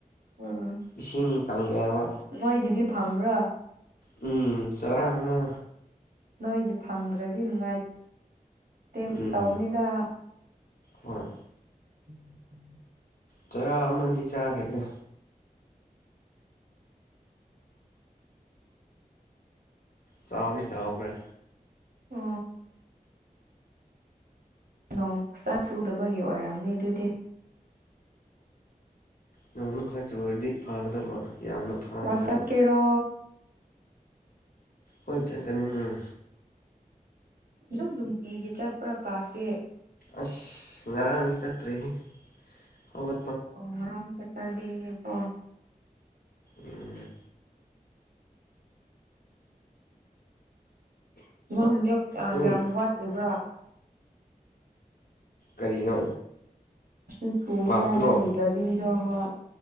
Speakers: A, on the right (about 80°); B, on the left (about 75°).
A: ꯎꯝ
B: ꯏꯁꯤꯡ ꯀꯪꯉꯕ
A: ꯅꯣꯏꯒꯤꯗꯤ ꯐꯪꯕ꯭ꯔꯥ
B: ꯎꯝ ꯆꯔ ꯑꯃ
A: ꯅꯣꯏꯒꯤ ꯐꯪꯗ꯭ꯔꯗꯤ ꯅꯨꯡꯉꯥꯏꯇꯦ
B: ꯎꯝ
A: ꯇꯧꯕꯅꯤꯗ
B: ꯍꯣꯏ
A: ꯎꯝ ꯎꯝ
B: ꯆꯔꯥ ꯑꯃꯗꯤ ꯆꯥꯈ꯭ꯔꯦꯗ ꯆꯥꯎꯗꯤ ꯆꯥꯎꯈ꯭ꯔꯦ
A: ꯎ ꯅꯣꯡ ꯆꯥ ꯆꯨꯗꯕꯒꯤ ꯑꯣꯏꯔꯝꯅꯤ ꯑꯗꯨꯗꯤ
B: ꯅꯣꯡꯅ ꯆꯨꯔꯗꯤ ꯄꯥꯒꯗ ꯌꯥꯝꯅ ꯐꯒꯗꯕ
A: ꯋꯥꯁꯠ ꯀꯦꯔꯣ
B: ꯍꯣꯏ ꯆꯠꯀꯅꯤ ꯎꯝ
A: ꯑꯗꯨꯝ ꯅꯨꯡꯇꯤꯒꯤ ꯆꯠꯄ꯭ꯔꯥ ꯀ꯭ꯂꯥꯁꯁꯦ
B: ꯑꯁ ꯉ꯭ꯔꯥꯡꯅꯤ ꯆꯠꯇ꯭ꯔꯦꯦ ꯍꯕ
A: ꯑꯣ ꯉꯝ ꯁꯇꯔꯗꯦꯣ
B: ꯎꯝ
A: ꯅꯪꯗꯤ
B: ꯅꯣꯏ
A: ꯌꯥꯝ ꯋꯥꯠꯂꯤꯕ꯭ꯔꯥ
B: ꯀꯔꯤꯅꯣ
A: <unintelligible>
B: ꯀ꯭ꯂꯥꯁꯇꯨꯔꯣ
A: ꯅꯤꯡꯉꯥꯏ ꯅꯪꯒꯤꯗ ꯗꯤꯒꯤꯗꯣ ꯍꯣꯏ